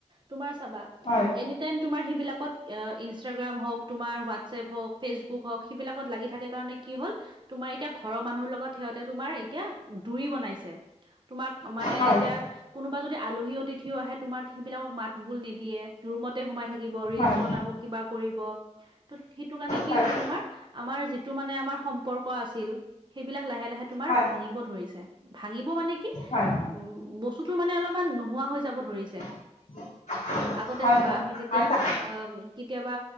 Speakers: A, on the right; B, on the left.
A: তোমাৰ চাবা
B: হয়
A: এনিটাইম তোমাৰ সেইবিলাকত অ, ইনষ্টাগ্ৰাম হওক, তোমাৰ হোৱাটছএপ হওক, ফেচবুক হওক সিবিলাকত লাগি থাকে কাৰণে কি হ'ল তোমাৰ এতিয়া ঘৰৰ মানুহৰ লগত সিহঁতে তোমাৰ এতিয়া দুৰি বনাইছে। তোমাক মানে
B: হয়
A: এতিয়া কোনোবা যদি আলহী অতিথিও আহে তোমাৰ সেই বিলাকক মাত বোল নিদিয়ে। ৰুমতে সোমাই থাকিব ৰীলছ
B: হয়
A: বনাব কিবা কৰিব ত' সেইটো কাৰণে কি
B: হয়
A: হৈছে তোমাৰ আমাৰ যিটো মানে আমাৰ সম্পৰ্ক আছিল সেইবিলাক লাহে লাহে তোমাৰ
B: হয়
A: ভাঙিব ধৰিছে, ভাঙিব মানে কি উম,
B: হয়
A: বস্তুতো মানে অলমান নোহোৱা হৈ যাব ধৰিছে।
B: <inaudible>
A: আগতে চাবা
B: হয়
A: আমি যেতিয়া
B: আৰু তা
A: অ, কেতিয়াবা